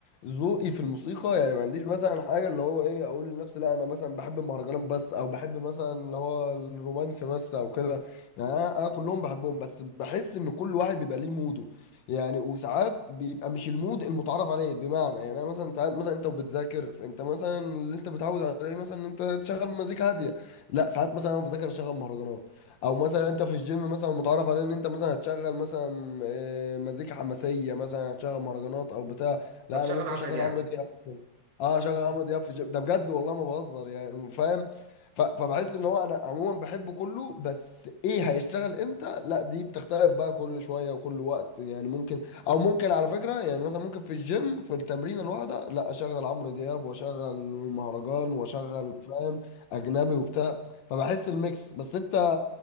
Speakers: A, on the left; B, on the right.
A: ذوقي في الموسيقى يعني ما عنديش مثلا حاجه اللي هو ايه اقول لنفسي لا انا مثلا بحب المهرجانات بس او بحب مثلا اللي هو الرومانسي بس او كده يعني انا أنا كلهم بحبهم بس بحس ان كل واحد بيبقى ليه موده يعني وساعات بيبقى مش المود المتعارف عليه بمعنى يعني انا مثلا ساعات مثلا انت وبتذاكر فانت مثلا اللي انت متعود عليه مثلا ان انت تشغل مزيكا هاديه لا ساعات مثلا انا بذاكر اشغل مهرجانات او مثلا انت في الجيم مثلا متعرف على ان انت مثلا هتشغل مثلا آه، مزيكا حماسيه مثلا هتشغل مهرجانات او بتاع لا
B: بتشغل
A: انا ممكن
B: عمرو
A: اشغل
B: دياب
A: عمرو دياب مثلاً. اه اشغل عمرو دياب في الجيم ده بجد والله ما بهزر يعني فاهم ف- فبحس ان هو انا عموما بحبه كله بس ايه هيشتغل امتى لا دي بتختلف بقى كل شويه وكل وقت يعني ممكن او ممكن على فكره يعني مثلا ممكن في الجيم في التمرين الواحده لا اشغل عمرو دياب واشغل المهرجان واشغل فاهم اجنبي وبتاع فبحس الميكس بس انت